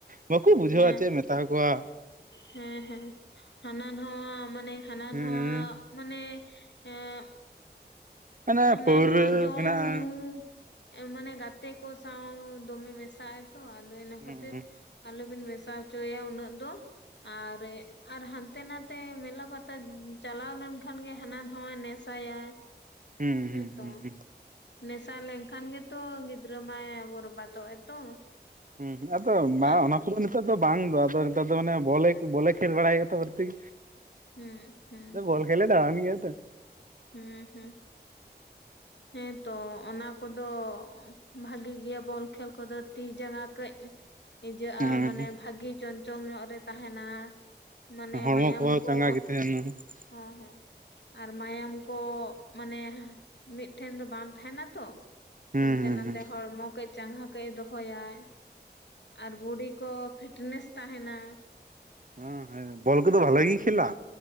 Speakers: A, on the right (about 50°); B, on the left (about 85°).
A: ᱵᱟᱠᱚ ᱵᱩᱡᱷᱟᱹᱣᱟ
B: ᱦᱮᱸ
A: ᱪᱮᱫ ᱮᱢ ᱢᱮᱛᱟ ᱟᱠᱚᱣᱟ᱾
B: ᱦᱮᱸ ᱦᱮᱸ ᱦᱟᱱᱟ ᱱᱚᱣᱟ ᱢᱟᱱᱮ ᱦᱟᱱᱟ
A: ᱦᱮᱸ
B: ᱱᱚᱣᱟ ᱢᱟᱱᱮ ᱮᱸ
A: ᱚᱱᱮ
B: ᱦᱟᱱᱟ
A: ᱯᱟᱹᱣᱨᱟᱹ
B: ᱱᱚᱣᱟ ᱡᱚᱢ
A: ᱢᱮᱱᱟᱜᱼᱟ
B: ᱧᱩ᱾ ᱢᱟᱱᱮ ᱜᱟᱛᱮ ᱠᱚ ᱥᱟᱶ ᱫᱚᱢᱮ ᱢᱮᱥᱟᱜ ᱟᱭᱛᱚ ᱟᱫᱚ ᱤᱱᱟᱹ
A: ᱦᱩᱸ
B: ᱠᱷᱟᱹᱛᱤᱨ ᱟᱞᱮᱚᱵᱤᱱ ᱢᱮᱥᱟ ᱦᱚᱪᱚᱭᱮᱭᱟ ᱩᱱᱟᱹᱜ ᱫᱚ ᱟᱨ ᱟᱨ ᱦᱟᱱᱛᱮ ᱱᱟᱛᱮ ᱢᱮᱞᱟ ᱯᱟᱛᱟ ᱪᱟᱞᱟᱣ ᱞᱮᱱᱠᱷᱟᱱ ᱜᱮ ᱦᱟᱱᱟ ᱱᱟᱣᱟ ᱱᱮᱥᱟᱭᱟᱭ᱾
A: ᱦᱩᱸ
B: ᱦᱮᱸᱛᱚ
A: ᱦᱩᱸ ᱦᱩᱸ ᱦᱩᱸ
B: ᱱᱮᱥᱟ ᱞᱮᱱᱠᱷᱟᱱ ᱜᱮᱛᱚ ᱜᱤᱫᱽᱨᱟᱹ ᱢᱟᱭ ᱵᱚᱨᱵᱟᱫ ᱫᱚᱜ ᱟᱭ ᱛᱚ᱾
A: ᱦᱩᱸ ᱟᱫᱚ ᱵᱟᱝ
B: ᱟᱨ
A: ᱚᱱᱟ ᱠᱚᱫᱚ ᱱᱮᱛᱟᱨ ᱫᱚ ᱵᱟᱝ ᱫᱚ ᱟᱫᱚ ᱱᱮᱛᱟᱨ ᱫᱚ ᱢᱟᱱᱮ ᱵᱚᱞᱮ ᱵᱚᱞᱮ ᱠᱷᱮᱞ ᱵᱟᱲᱟᱭᱼᱟᱜ ᱛᱚ ᱠᱟᱹᱴᱤᱡ᱾
B: ᱦᱩᱸ ᱦᱩᱸ
A: ᱵᱚᱞ ᱠᱷᱮᱞᱮ ᱫᱟᱲᱟᱱ ᱜᱮᱭᱟ ᱛᱚ᱾
B: ᱦᱮᱸ ᱦᱮᱸ᱾
A: <inaudible>
B: ᱦᱮᱸᱛᱚ ᱚᱱᱟ ᱠᱚᱫᱚ ᱵᱷᱟᱜᱤ ᱜᱮᱭᱟ ᱵᱚᱞ ᱠᱷᱮᱞ ᱠᱚᱫᱚ ᱛᱤ ᱡᱟᱸᱜᱟ ᱠᱟᱹᱡ
A: <inaudible>
B: ᱤᱡᱟᱹᱜᱼᱟ
A: ᱦᱩᱸ
B: ᱢᱟᱱᱮ ᱵᱷᱟᱹᱜᱤ ᱪᱚᱧᱪᱚᱞ ᱧᱚᱜ ᱨᱮ ᱛᱟᱦᱮᱱᱟ ᱢᱟᱱᱮ
A: ᱦᱚᱲᱢᱚ
B: ᱢᱟᱭᱟᱢ
A: ᱠᱚᱦᱚᱸ
B: ᱠᱚ
A: <inaudible>
B: ᱦᱮᱸ ᱦᱮᱸ ᱟᱨ ᱢᱟᱭᱟᱢ ᱠᱚ ᱢᱟᱱᱮ ᱢᱤᱫᱴᱷᱮᱱ ᱫᱚ ᱵᱟᱝ ᱛᱟᱦᱮᱱᱟᱛᱚ
A: ᱦᱩᱸ
B: ᱦᱟᱱᱛᱮ
A: ᱦᱩᱸ
B: ᱱᱟᱛᱮ
A: ᱦᱩᱸ
B: ᱦᱚᱲᱢᱚ ᱠᱟᱹᱡ ᱪᱟᱸᱜᱷᱟ ᱠᱟᱹᱡ ᱮ ᱫᱚᱦᱚᱭᱟᱭ ᱟᱨ ᱵᱚᱰᱤ ᱠᱚ ᱯᱷᱤᱴᱱᱮᱥ ᱛᱟᱦᱮᱱᱟ᱾
A: ᱦᱮᱸ ᱦᱮᱸ ᱵᱚᱞ ᱠᱚᱫᱚ ᱵᱷᱟᱞᱮ ᱜᱮ ᱠᱷᱮᱞᱟ᱾